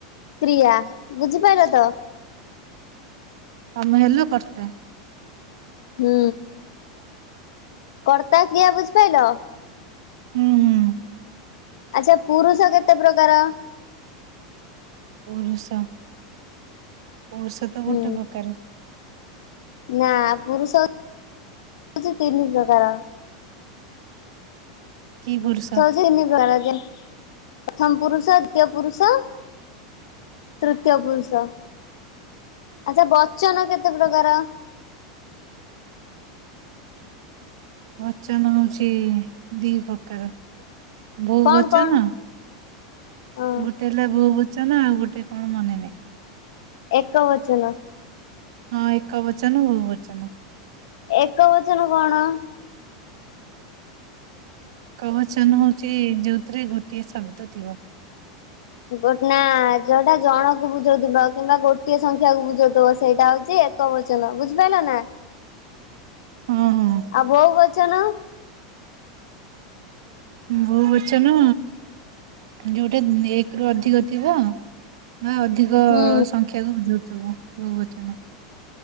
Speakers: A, on the left; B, on the right.
A: କ୍ରିୟା ବୁଝିପାଇଲ ତ।
B: ତମେ ହେଲ କର୍ତ୍ତା।
A: ହୁଁ। କର୍ତ୍ତା କ୍ରିୟା ବୁଝିପାଇଲ?
B: ହୁଁ-ହୁଁ।
A: ଆଚ୍ଛା ପୁରୁଷ କେତେ ପ୍ରକାର?
B: ପୁରୁଷ ପୁରୁଷ ତ
A: ହୁଁ
B: ଗୋଟେ ପ୍ରକାର।
A: ନା ପୁରୁଷ ହେଉଚି ତିନି ପ୍ରକାର।
B: କି ପୁରୁଷ?
A: ତିନି ପ୍ରକାର <unintelligible> ପ୍ରଥମ ପୁରୁଷ, ଦ୍ଵିତୀୟ ପୁରୁଷ ତୃତୀୟ ପୁରୁଷ, ଆଛା ବଚନ କେତେ ପ୍ରକାର?
B: ବଚନ ହଉଛି ଦି ପ୍ରକାର, ବହୁ
A: କଣ
B: ବଚନ
A: କଣ? ହଁ
B: ଗୋଟେ ହେଲା ବହୁବଚନ, ଆଉ ଗୋଟେ କଣ ମନେ ନାହିଁ।
A: ଏକବଚନ।
B: ହଁ ଏକ ବଚନ, ବହୁ ବଚନ।
A: ଏକ ବଚନ କଣ?
B: ଏକ ବଚନ ହଉଚି ଯୋଉଥିରେ ଗୋଟିଏ ଶବ୍ଦ ଥିବ।
A: ଗୋଟ୍ ନା ଯୋଉଟା ଜଣ କୁ ବୁଝଉଥିବ କିମ୍ବା ଗୋଟିଏ ସଂଖ୍ୟାକୁ ବୁଝଉଥିବ ସେଇଟା ହଉଚି ଏ କ ବଚନ ବୁଝିପାଇଲ ନା।
B: ହଁ-ହଁ।
A: ଆଉ ବହୁ ବଚନ?
B: ବହୁ ବଚନ ଯୋଉଟା ଏକ ରୁ ଅଧିକ ଥିବ ବା ଅଧିକ
A: ହୁଁ
B: ସଂଖ୍ୟାକୁ ବୁଝଉଥିବ ବହୁ ବଚନ।